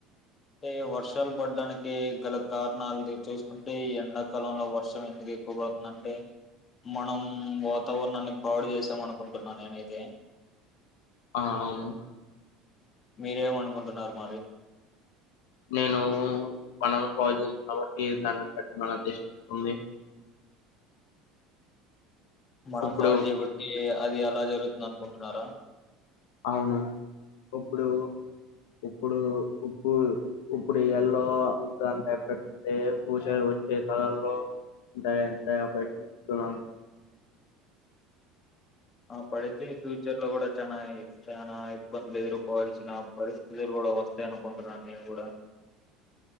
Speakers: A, on the left; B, on the left.
A: అంటే వర్షాలు పడ్డానికి గల కారణాలు చూసుకుంటే, ఎండాకాలంలో వర్షం ఎందుకు ఎక్కువ పడుతుందింటే, మనం వాతావరణాన్ని పాడు చేసాం అనుకుంటున్నా నేనైతే
B: ఆ అవును
A: మీరేమనుకుంటున్నారు మరి
B: నేను మనం పో చేస్తు కాబట్టి దాన్ని బట్టి మనద్దేశిస్తుంది
A: మనం
B: ఇప్పుడు
A: పాడు చేబట్టి అది అలా జరుగుతుంది అనుకుంటున్నారా
B: అవును ఇప్పుడు ఇప్పుడు ఉప్పు ఇప్పుడు ఎల్లో ఉప్పు అంతాగా పెట్స్తే పూస వచ్చే తలల్లో ఎంతగా పెట్టుతున్నాం
A: ఆ పడితే ఫ్యూచర్ లో కూడా చనా చానా ఇబ్బందులు ఎదుర్కోవాల్సిన పరిస్థితులు కూడా వస్తాయినుకుంటున్నాను నేను కూడా